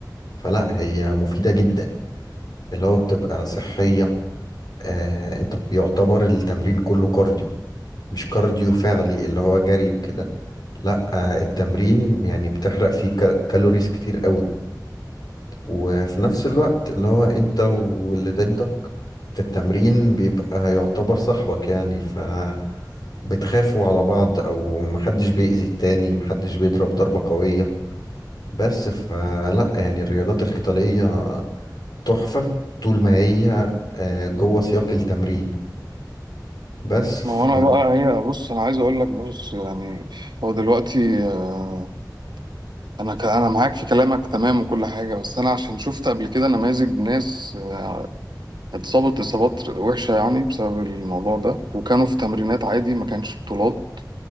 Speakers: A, on the left; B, on the right.
A: فلا هي مفيدة جدا اللي هو بتبقى صحية آه، انت بيعتبر التمرين كله كارديو مش كارديو فعلي اللي هو جري وكده لا آه، التمرين يعني بتحرق فيه كا- كالوريز كتير قوي وفي نفس الوقت اللي هو انت واللي ضدك في التمرين بيبقى يعتبر صاحبك يعني فبتخافوا على بعض او محدش بيأذي التاني محدش بيضرب ضربة قوية بس فلا يعني الرياضات القتالية تحفة طول ما هي آه، جوه سياق التمرين بس ف
B: ما هو انا بقى هي بص انا عايز اقول لك بص يعني هو دلوقتي آه، انا ك- انا معاك في كلامك تمام وكل حاجه بس انا عشان شفت قبل كده نماذج ناس آه، اتصابت اصابات وحشه يعني بسبب الموضوع ده وكانوا في تمرينات عادي ما كانش بطولات